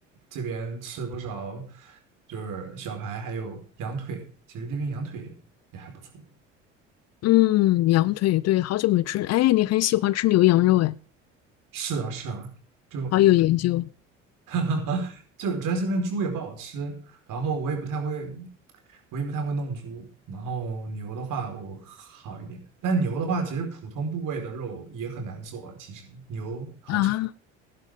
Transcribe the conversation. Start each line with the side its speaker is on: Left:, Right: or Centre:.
Right: 这边吃不少，就是小排还有羊腿，其实这边羊腿也还不错。
Left: 嗯，羊腿，对，好久没吃。哎，你很喜欢吃牛羊肉，哎，
Right: 是啊，是啊，就
Left: 好有研究
Right: <laughs> 就是主要这边猪也不好吃，然后我也不太会，我也不太会弄猪，然后牛的话我好一点，但牛的话其实普通部位的肉也很难做，其实牛好吃，
Left: 啊。